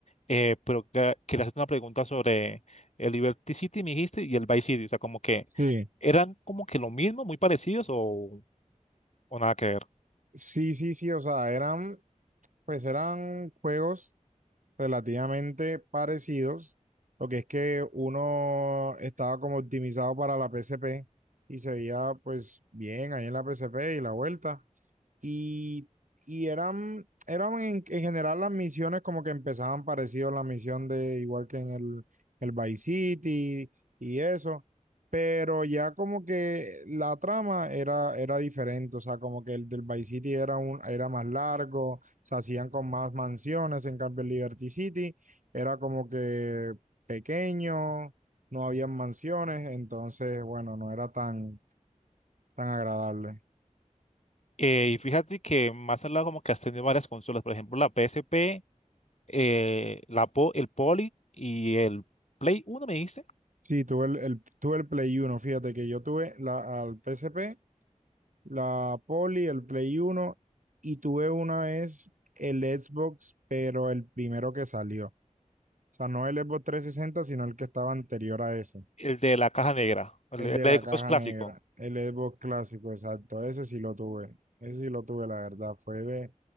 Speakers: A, on the left; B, on the right.
A: Eh, pero te- quería hacerte una pregunta sobre el Liberty City, me dijiste, y el Vice City, o sea, como que
B: Sí,
A: eran como que lo mismo, muy parecidos o, o nada que ver.
B: Sí, sí, sí, o sea, eran, pues eran juegos relativamente parecidos, lo que es que uno estaba como optimizado para la P S P y se veía pues bien ahí en la P S P y la vuelta, Y, y eran, eran en, en general las misiones como que empezaban parecido a la misión de igual que en el, el Vice City y eso, pero ya como que la trama era, era diferente, o sea, como que el del Vice City era, un, era más largo, se hacían con más mansiones, en cambio el Liberty City era como que pequeño, no habían mansiones, entonces, bueno, no era tan, tan agradable.
A: Eh, y fíjate que más al lado como que has tenido varias consolas, por ejemplo, la PSP, eh, la Po- el Poly y el Play uno me dijiste,
B: Sí, tuve el, el- tuve el Play uno fíjate que yo tuve la, al PSP, la poly el Play uno y tuve una vez el Xbox, pero el primero que salió. O sea, no el Xbox trescientos sesenta sino el que estaba anterior a ese,
A: el de la caja negra, el
B: el
A: de- el
B: de
A: de
B: la
A: Xbox
B: caja
A: clásico.
B: negra, el Xbox clásico, exacto, ese sí lo tuve, ese sí lo tuve, la verdad, fue de,